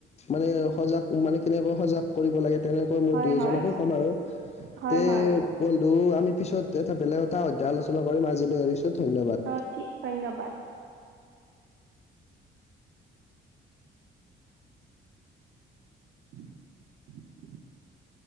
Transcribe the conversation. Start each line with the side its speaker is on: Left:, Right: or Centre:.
Left: মানে সজাগ মানে কেনেকৈ সজাগ কৰিব লাগে তেনেকা
Right: হয়
Left: দুই এজনকো
Right: হয়
Left: ক'ম আৰু
Right: হয়
Left: তে
Right: হয়।
Left: বন্ধু আমি পিছত এটা বেলেগ এটা অধ্যায় আলো- চনা কৰিম আজিলৈ এৰিছো ধন্যবাদ।
Right: অ ঠিক ধন্যবাদ। <unintelligible>